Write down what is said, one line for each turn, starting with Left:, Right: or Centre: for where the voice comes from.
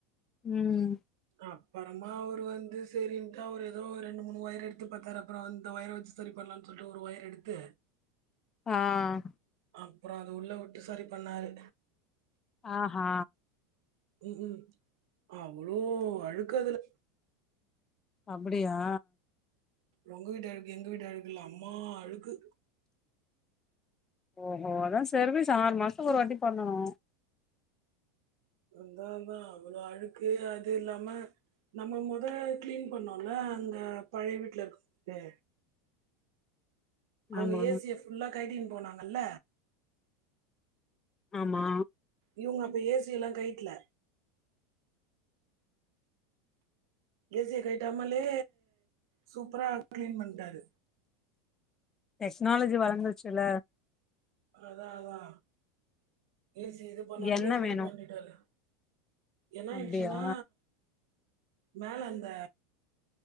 Left: ம்
Right: அப்பறமா அவர் வந்து சரி ஒரு ஏதோ ரெண்டு மூணு ஒயர் எடுத்து பாத்தாரு அப்றோ அந்த ஒயர் வச்சு சரி பண்ணலானு சொல்ட்டு ஒரு ஒயர் எடுத்து
Left: ஆஹ்
Right: அப்பறோ அத உள்ள உட்டு சரி பண்ணாரு
Left: ஆஹா
Right: உம் உம் அவ்ளோ அழுக்கு அதுல
Left: அப்டியா
Right: உங்க வீட்டு அழுக்கு எங்க வீட்டு அழுக்குல்ல அம்மா அழுக்கு
Left: ஓஹோ அதா சர்வீஸ் ஆறு மாசத்துக்கு ஒரு வாட்டி பண்ணணு
Right: அந்தால் தா அவ்ளோ அழுக்கு அது இல்லாம நம்ம முத க்ளீன் பண்ணோல அங்க பழய வீட்ல இருக்கு <inaudible> து அவுங்க
Left: ஆமா
Right: ஏசிய ஃபுல்லா கைட்டினு போனாங்கல்ல
Left: ஆமா
Right: இவங்க அப்ப ஏசி எல்லா கைட்ல ஏசிய கயிட்டாமாலே சூப்பரா க்ளீன் பண்ட்டாரு
Left: டெக்னாலஜி வளர்ந்துச்சுல்ல
Right: அதாஅதா ஏசிய இது பண்ணாமலே
Left: என்ன
Right: க்ளீன்
Left: வேணு
Right: பண்ணிட்டாரு என்ன ஆயிடுச்சுன்னா
Left: அப்டியா
Right: மேல அந்த